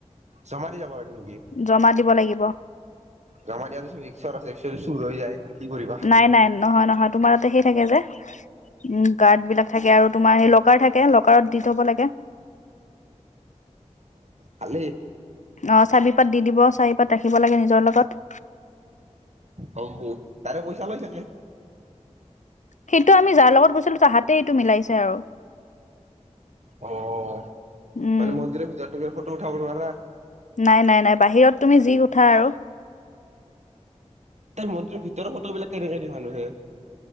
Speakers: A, on the right; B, on the left.
A: চমাৰি যাব লাগিব নেকি।
B: জমা দিব লাগিব
A: জমা দিয়া পিছত ৰিক্সৰ আছে, যদি চুৰ হৈ যায়। কি কৰিবা?
B: নাই নাই নহয় নহয় তোমাৰ তাতে সেই থাকে যে। উম গাৰ্ড বিলাক থাকে আৰু তোমাৰ সেই লকাৰ থাকে। ল কাৰত দি থ'ব লাগে।
A: খালী
B: অ' চাৰিপাত দি দিব, চাৰিপাত ৰাখিব লাগে নিজৰ লগত।
A: অ তাৰে পইচা লৈ থাকে।
B: সেইটো আমি যাৰ লগত গৈছিলো তাহাতে এইটো মিলাইছে। আৰু
A: অ'
B: উম
A: মানে মন্দিৰ ভিতাৰতো ফ টো উঠাব নোৱাৰা।
B: নাই নাই নাই বাহিৰত তুমি যি উঠা আৰু
A: তাৰ মন্দিৰৰ ভিতৰৰ ফটোবলাক কেনেকে দিয়ে মানুহে।